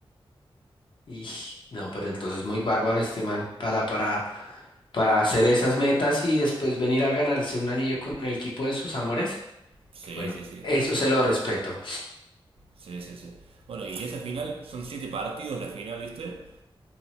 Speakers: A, on the left; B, on the right.
A: Y no, pero entonces muy bárbaro este man para, para, para hacer esas metas y después venir a ganarse un anillo con el equipo de sus amores.
B: Sí,
A: Bueno,
B: sí, sí.
A: eso se lo respeto.
B: Sí, sí, sí. Bueno, y esa final son siete partidos la final, viste.